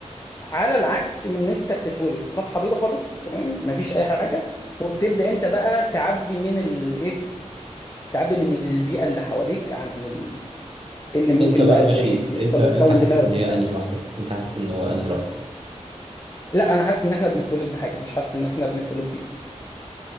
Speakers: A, on the left; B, on the right.
A: على العكس من ان انت بتتولد صفحه بيضه خالص تمام مفيش اي حاجه وبتبدا انت بقى تعبي من الايه تعبي من البيئه اللي حواليك عن ال... إيه اللي ممكن
B: انت بقى
A: بقى
B: ماشي
A: يت- يحصل
B: انت انت
A: وتكون
B: حاسس
A: دماغك
B: ان هي
A: وبتاع
B: انهي واحدة انت حاسس ان هو انهي رأي
A: لا انا حاسس ان احنا بنتولد بحاجه مش حاسس ان احنا بنتولد بيض